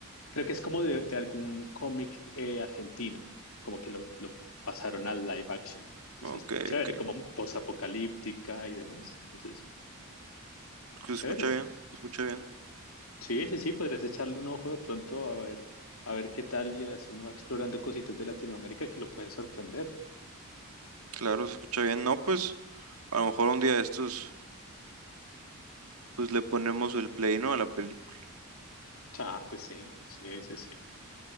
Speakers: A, on the left; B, on the right.
A: creo que es como de, de algún cómic eh, argentino, como que lo, lo pasaron al live action. Entonces,
B: Ok,
A: chévere,
B: ok,
A: como posapocalíptica y demás. Entonces,
B: se escucha
A: chévere.
B: bien, se escucha bien,
A: Sí, sí, sí, podrías echarle un ojo de pronto a ver, a ver qué tal y así uno va explorando cositas de Latinoamérica que lo pueden sorprender.
B: claro, se escucha bien, no, pues a lo mejor un día de estos, pues le ponemos el play, ¿no? A la película.
A: Ah, pues sí, sí, sí, sí.